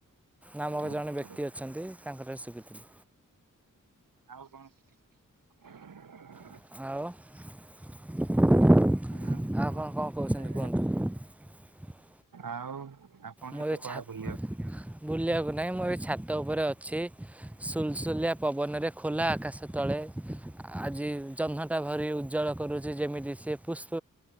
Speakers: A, in the centre; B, on the right.
A: ନାମକ
B: ଓହୋ।
A: ଜଣେ ବ୍ୟକ୍ତି ଅଛନ୍ତି ତାଙ୍କଠାରୁ ଶୁଖିଥିଲି।
B: ଆଉ କଣ ଶିଖିଚ?
A: ଆଉ ଆ କଣ କଣ
B: ଆଉ ହୁଏ?
A: କହୁଛନ୍ତି କୁହନ୍ତୁ?
B: ଆଉ ଆପଣ
A: ମୁଁ
B: ଏବେ
A: ଏ
B: କୁଆଡେ
A: ଛାତ
B: ବୁଲିବାକୁ ଯାଇଥିଲେ?
A: ବୁଲିବାକୁ ନାହିଁ ମୁଁ ଏ ଛାତ ଉପରେ ଅଛି। ଅଛି ସୁଲସୁଲିଆ ପବନରେ ଖୋଲା ଆକାଶ ତଳେ ଆଜି ଜହ୍ନଟା ଭାରି ଉଜ୍ଜଳ କରୁଛି ଯେମିତି ସି ପୁଷ୍ପ